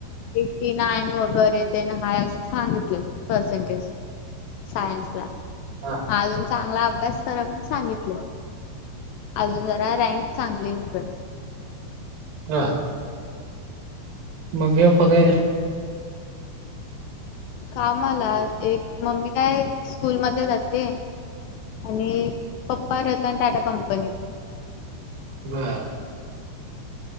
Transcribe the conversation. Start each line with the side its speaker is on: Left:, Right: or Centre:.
Left: एटी नान व, वगैरे ना हाय असं सांगितलं पर्सेंटेज. सायन्स ला
Right: हा
Left: अजून चांगला अभ्यास करा म्हणून सांगितलं. अजून जरा रँक चांगली निघल,
Right: हा हा मम्मी पप्पा काय?
Left: कामला एक मम्मी, काय स्कूलमध्ये जाते आणि- पप्पा रतन टाटा कंपनी.
Right: बर!